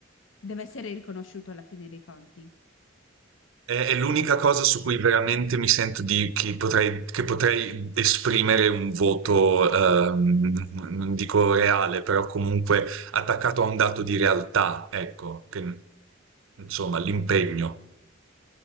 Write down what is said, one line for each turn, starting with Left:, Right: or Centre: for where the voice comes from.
Left: deve essere riconosciuto alla fine dei conti.
Right: È, è l'unica cosa su cui veramente mi sento di, che potrei, che potrei esprimere un voto, ehm, non dico reale, però comunque attaccato a un dato di realtà, ecco, che- insomma, l'impegno.